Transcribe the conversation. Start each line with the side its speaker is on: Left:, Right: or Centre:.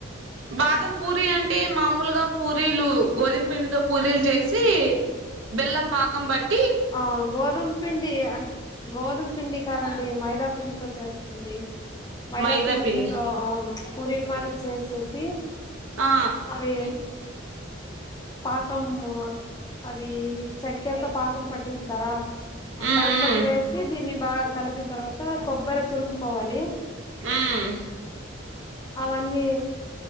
Right: బాదం పూరీ అంటే మామూలుగా పూరీలు గోధుమ పిండితో పూరీలు చేసి బెల్లం పాకం బెట్
Left: ఆ గోధుమ పిండి అ గోధుమ పిండి కాదండి మైదాపిండి తో చేస్తుంది మైదాపిండితో
Right: మైదా పిండి
Left: అవును పూరిలు మాదిరి చేసేసి సి
Right: ఆ
Left: అదీ పాకం ఆది చక్కరతో పాకం పట్టిస్తారా
Right: మ్మ్
Left: దాంట్లోకి
Right: మ్మ్
Left: వేసి దీన్ని బాగా కలిపిన తర్వాత కొబ్బరి తురుము కోవాలి
Right: హుమ్
Left: అవన్నీ